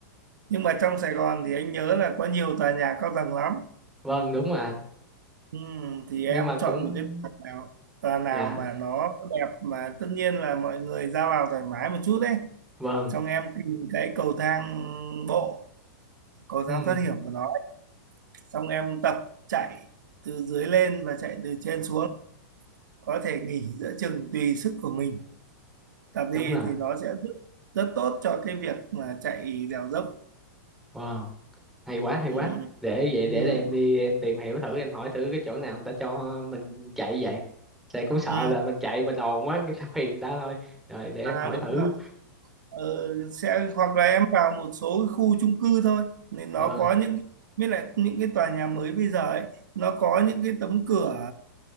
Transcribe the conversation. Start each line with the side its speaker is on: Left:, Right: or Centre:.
Right: nhưng mà trong Sài Gòn thì anh nhớ là có nhiều tòa nhà cao tầng lắm
Centre: vâng đúng rồi anh
Right: Ừ, thì
Centre: nhưng
Right: em
Centre: mà cũng
Right: chọn một cái tòa nào tòa nào
Centre: dạ
Right: mà nó đẹp mà tất nhiên là mọi người ra vào thoải mái một chút đấy
Centre: vâng
Right: xong em tìm cái cầu thang bộ cầu thang
Centre: ừ
Right: thoát hiểm của nó ấy. xong em tập chạy từ dưới lên và chạy từ trên xuống có thể nghỉ giữa chừng tùy sức của mình tập
Centre: đúng
Right: đi
Centre: rồi
Right: thì nó sẽ rất, rất tốt cho cái việc mà chạy đèo dốc
Centre: vâng hay quá hay
Right: ừ,
Centre: quá để vậy
Right: ừ,
Centre: để em đi em tìm hiểu thử em hỏi thử cái chỗ nào người ta cho mình chạy vậy tại cũng sợ
Right: ừ.
Centre: là mình chạy mình ồn quá người ta phiền người ta thôi rồi để em
Right: À,
Centre: hỏi
Right: đúng
Centre: thử
Right: rồi Ờ, sẽ hoặc là em vào một số cái khu chung cư thôi nên nó
Centre: vâng
Right: có những cái- mới lại những cái tòa nhà mới bây giờ ấy nó có những cái tấm cửa